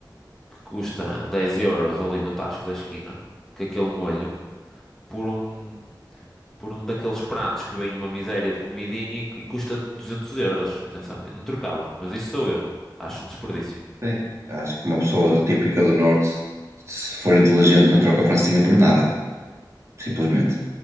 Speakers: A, in the centre; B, on the right (about 40°).
A: que custa 10 euros ali no tasco da esquina, com aquele molho, por um, por um daqueles pratos que vem uma miséria de comidinha e, e custa 200 euros. Atenção, eu não trocava, mas isso sou eu. Acho um desperdício.
B: Sim. Acho que uma pessoa típica do Norte, se for inteligente, não troca a francinha por nada, simplesmente.